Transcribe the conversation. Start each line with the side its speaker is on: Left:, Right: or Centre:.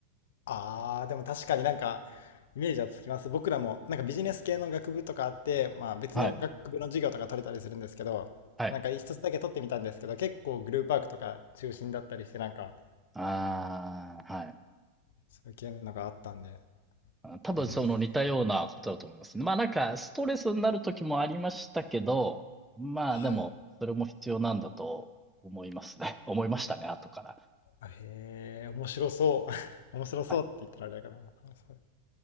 Left: ああ、でも確かになんか、イメージはつきます。僕らも、なんかビジネス系の学部とかあって、まあ別の学部の授業とか取れたりするんですけど、
Centre: はい。はい。
Left: なんか一つだけ取ってみたんですけど、結構グループワークとか中心だったりして、なんか、
Centre: ああ、はい。
Left: そういう系のがあったんで、
Centre: あ多分その似たようなことだと思いますね。
Left: へえ、
Centre: まあなんかストレスになる時もありましたけど、まあでも、
Left: はい。
Centre: それも必要なんだと思いますね。<laughs> 思いましたね、後から。
Left: へえ、面白そう。<laughs> 面白そうって言ったらあれだけど、
Centre: はい。
Left: 面白そう